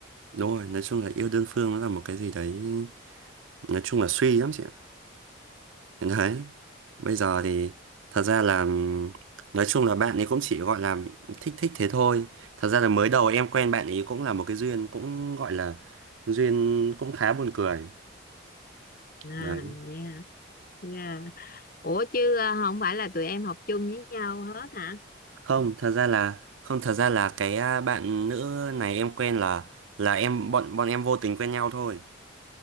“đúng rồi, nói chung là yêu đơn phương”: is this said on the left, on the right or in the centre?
Right